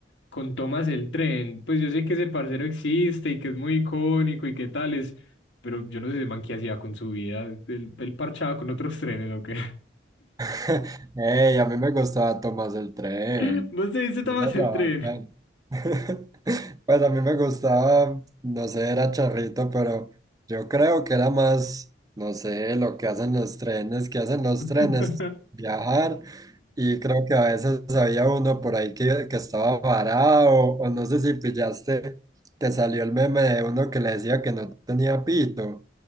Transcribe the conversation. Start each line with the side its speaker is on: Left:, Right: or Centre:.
Left: con Thomas el Tren. Pues yo sé que ese parcero existe y que es muy icónico y qué tales, pero yo no sé ese man qué hacía con su vida. Él, él parchaba con otros <laughs> trenes o qué.
Right: <laughs> Ey, a mí me gustaba Tomás el Tren.
Left: <laughs> ¿Vos te viste Thomas
Right: Esa era
Left: el Tren?
Right: bacán. <laughs> Pues a mí me gustaba, no sé, era charrito, pero yo creo que era más, no sé, lo que hacen los trenes, que hacen los
Left: <laughs>
Right: trenes, viajar. Y creo que a veces había uno por ahí que, que estaba varado, o no sé si pillaste que salió el meme de uno que le decía que no tenía pito.